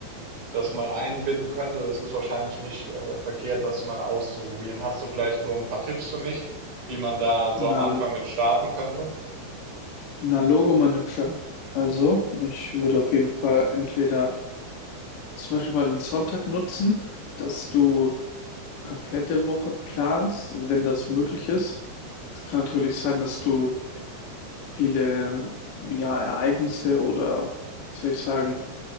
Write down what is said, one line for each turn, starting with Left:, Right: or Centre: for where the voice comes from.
Right: das mal einbinden könnte, das ist wahrscheinlich nicht äh, verkehrt, das mal auszuprobieren. Hast du vielleicht so ein paar Tipps für mich, wie man da so am
Left: Na,
Right: Anfang mit starten könnte?
Left: na Logo, mein Hübscher. Also, ich würde auf jeden Fall entweder zum Beispiel mal den Sonntag nutzen, dass du komplette Woche planst, wenn das möglich ist. Es kann natürlich sein, dass du viele, ja, Ereignisse oder, wie soll ich sagen,